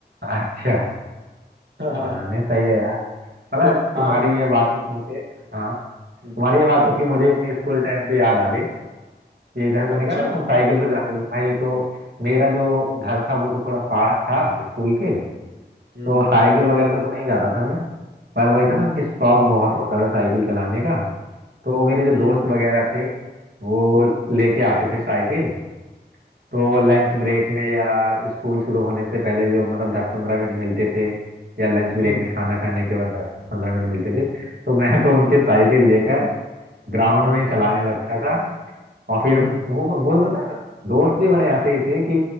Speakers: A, on the right (about 65°); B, on the right (about 85°).
A: अच्छा
B: <laughs> हाँ हाँ,
A: हाँ नहीं सही है यार। पता
B: तो
A: है तुम्हारी
B: आप
A: ये बात
B: हम्म
A: सुन के हाँ तुम्हारी
B: हम्म,
A: ये बात
B: आप
A: सुन
B: बताओ
A: के मुझे अपनी स्कूल टाइम की याद आ गई ये जैसे तुमने
B: अच्छा
A: कहा ना तुम साइकिल से जाते थे तो भाई तो मेरा जो घर था वो तो थोड़ा पास था स्कूल के तो
B: हम्म
A: साइकिल वगैरह से तो नहीं जाता था मैं पर वही
B: हम्म
A: था ना कि शौक बहुत होता था साइकिल चलाने का तो मेरे जो
B: हम्म
A: दोस्त वगैरह थे वो
B: हम्म
A: लेके आते थे साइकिल तो
B: अच्छा
A: लंच ब्रेक में या स्कूल शुरू होने से पहले जो मतलब दस पंद्रह मिनट मिलते थे या लंच
B: हम्म
A: ब्रेक में खाना खाने के बाद दस पंद्रह मिनट मिलते थे तो मैं तो उनके
B: हम्म
A: साइकिल लेकर ग्राउंड
B: हम्म
A: में चलाने लगता था और फिर
B: हम्म
A: वो वो पता है दोस्त भी बड़े ऐसे ही थे कि